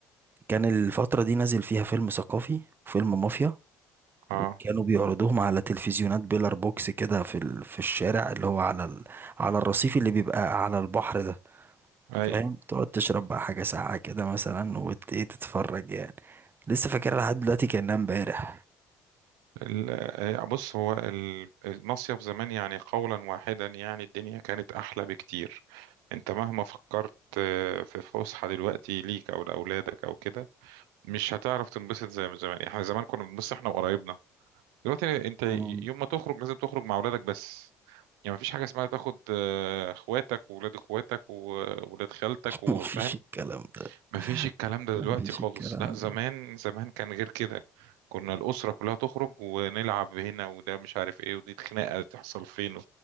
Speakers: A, on the right (about 30°); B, on the right (about 80°).
A: كان الفترة دي نازل فيها فيلم ثقافي فيلم مافيا
B: اه
A: وكانوا بيعرضوهم على تلفزيونات بيلر بوكس كده في ال... في الشارع اللي هو على ال... على الرصيف اللي بيبقى على البحر ده
B: اي
A: فاهم تقعد تشرب بقى حاجة ساقعة كده مثلا وت... ايه تتفرج يعني لسه فاكرها لحد دلوقتي كأنها امبارح
B: ال- آه، بص هو ال- المصيف زمان يعني قولا واحدا يعني الدنيا كانت احلى بكتير انت مهما فكرت آه، في فسحة دلوقتي ليك او لاولادك او كده مش هتعرف تنبسط زي ما زمان احنا زمان كنا بنبص احنا وقرايبنا دلوقتي انت
A: مم.
B: يوم ما تخرج لازم تخرج مع اولادك بس يعني مفيش حاجة اسمها تاخد آه، اخواتك واولاد اخواتك وولاد خالتك
A: <laughs>
B: وفاهم
A: مفيش الكلام ده
B: مفيش الكلام ده
A: مفيش
B: دلوقتي خالص
A: الكلام
B: لا زمان
A: ده
B: زمان كان غير كده كنا الأسرة كلها تخرج ونلعب هنا وده مش عارف ايه ودي خناقة تحصل فين و-